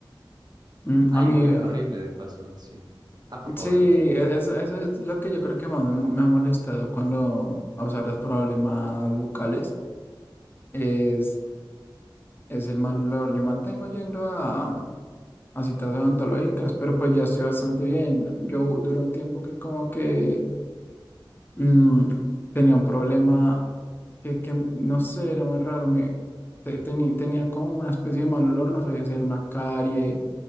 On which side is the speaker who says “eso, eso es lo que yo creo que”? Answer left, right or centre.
Left